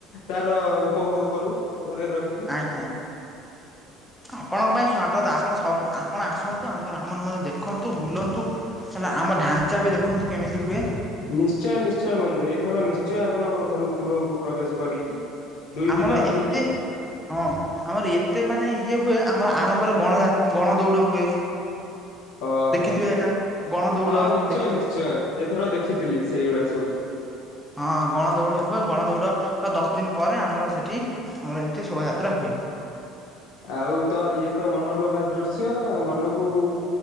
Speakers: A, on the left (about 75°); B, in the centre.
A: ତାର ଉପଭୋଗ କରୁ ଘରେ ରହିକି।
B: ଆଜ୍ଞା ଆପଣଙ୍କ ପାଇଁ ସ୍ୱାଗତ ଆପଣ ସବୁ ଆପଣ ଆସନ୍ତୁ ଆ ଆମର ଆମର ମାନେ ଦେଖନ୍ତୁ ବୁଲନ୍ତୁ ହେଲା ଆମ ଢା଼ଞ୍ଚା ବି ଦେଖନ୍ତୁ କେମିତି ହୁଏ।
A: ନିଶ୍ଚୟ ନିଶ୍ଚୟ ବନ୍ଧୁ ଏଇଥର ନିଶ୍ଚୟ ଆପଣଙ୍କ ଘରୁ ଗୃହକୁ ପ୍ରବେଶ କରିକି ଦୁଇ
B: ଆମର
A: ଦିନ ରହିକି
B: ଏତେ ହଁ ଆମର ଏତେ ମାନେ ଇଏ ହୁଏ ଆମର ଆରମ୍ଭରେ ଗଣ ଯା ଗଣ ଦୌଡ଼ ହୁଏ।
A: ଓ
B: ଦେଖିଥିବେ
A: ହୋ
B: ଏଇଟା ଗଣ ଦୌଡ଼
A: ହଁ ନିଶ୍ଚୟ
B: ଦେଖିଥିବେ
A: ନିଶ୍ଚୟ। ଏଥର ଦେଖିଥିଲି ସେଇଗୁଡା଼ ସବୁ।
B: ହଁ ଗଣଦୌଡ଼ ହୁଏ ଗଣଦୌଡ଼ର ଦଶ ଦିନ ପରେ ଆମର ସେଠି ଆମର ଏମିତି ଶୋଭାଯାତ୍ରା ହୁଏ।
A: ଆଉ ତ ଇଏ ତ ମନଲୋଭା ଦୃଶ୍ୟ ମନକୁ